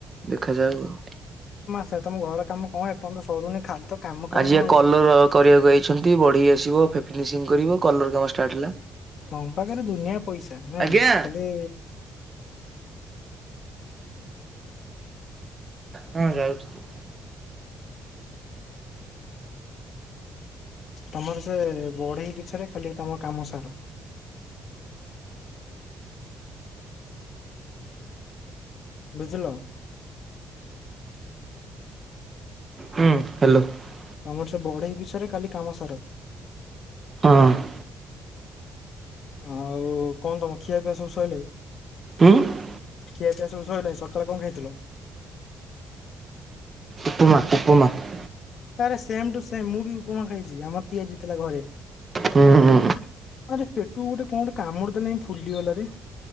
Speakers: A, on the right; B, on the left.
A: ଦେଖାଯାଉ ଆଉ ।
B: ସେ ତମ ଘର କାମ? କଣ ଏପର୍ଯ୍ୟନ୍ତ ସରୁନି ଖାଲି ତ କାମ କାମ
A: ଆଜି
B: ଆଉ
A: କଲର କରିବାକୁ ଯାଇଛନ୍ତି ବଢେଇ ଆସିବ ଫିନିଂ କରିବ କଲର କାମ ଷ୍ଟାର୍ଟ ହେଲା।
B: ତମ ପାଖରେ ଦୁନିଆ ପଇସା ନା
A: ଆଜ୍ଞା
B: ଖାଲି
A: ହଁ ଯାଉଚି।
B: ତମର ସେ ବଢେଇ ପିଛରେ ଖାଲି ତମ କାମ ସାର ବୁଝିଲ ।
A: ହୁଁ ହ୍ୟାଲୋ ।
B: ତମର ସେ ବଢେଇ ବିଷୟରେ କାଲି କାମ ସାର ।
A: ହଁ ।
B: ଆଉ କଣ ତମ ଖିଆ ପିଇଆ ସବୁ ସଇ ଲାଇ?
A: ହୁଁ ।
B: ଖିଆ ପିଆ ସବୁ ସରିଲଣି ସକାଳେ କ, ଣ ଖାଇ ଥିଲା?
A: ଉପପମା ଉପପମା ।
B: ଆରେ ସେମ ଟୁ ସେମ ମୁଁ ବି ଉପମା ଖାଇଛି ଆମର ତିଆ ଜଥିଲା ଘରେ
A: ହୁଁ ହୁଁ
B: ଆରେ ପେଟୁ ଗୋଟେ କଣ ଗୋଟେ କାମୁଡି ଦେଲାଣି ଫୁଲି ଗଲାରେ